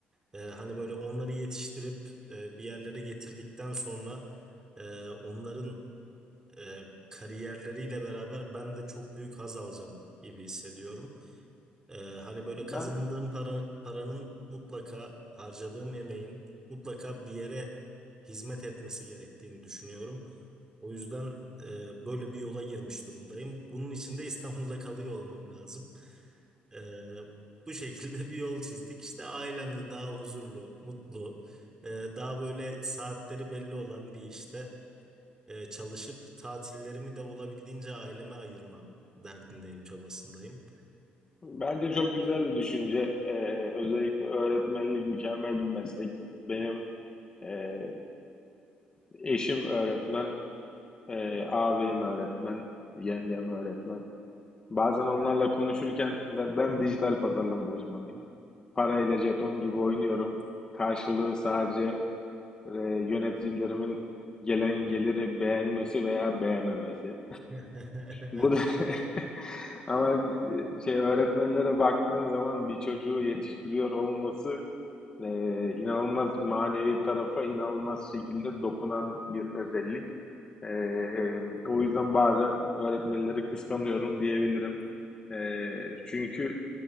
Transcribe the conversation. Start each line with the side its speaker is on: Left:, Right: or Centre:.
Right: Ee, hani böyle onları yetiştirip e, bir yerlere getirdikten sonra e, onların e, kariyerleriyle beraber ben de çok büyük haz alacağım gibi hissediyorum. E, hani böyle kazandığım
Left: Ben
Right: para, paranın mutlaka harcadığım emeğin mutlaka bir yere hizmet etmesi gerektiğini düşünüyorum. O yüzden e, böyle bir yola girmiş durumdayım. Bunun için de İstanbul'da kalıyor olmam lazım. E, bu şekilde bir yol çizdik. İşte ailemde daha huzurlu, mutlu, e, daha böyle saatleri belli olan bir işte e, çalışıp tatillerimi de olabildiğince aileme ayırma derdindeyim, çabasındayım.
Left: Bence çok güzel bir düşünce. Ee, özellikle öğretmenlik mükemmel bir meslek. Benim e, eşim öğretmen, e, ağabeyim öğretmen, yengem öğretmen. Bazen onlarla konuşurken ben, ben dijital pazarlama uzmanıyım. Parayla jeton gibi oynuyorum. Karşılığı sadece e, yöneticilerimin gelen geliri beğenmesi veya beğenmemesi.
Right: <laughs> Evet,
Left: Bu da <laughs> ama e, şey öğretmenlere baktığın zaman bir çocuğu yetiştiriyor olması e, inanılmaz manevi tarafa inanılmaz şekilde dokunan bir özellik. E, e, o yüzden bazen öğretmenleri kıskanıyorum diyebilirim. E, çünkü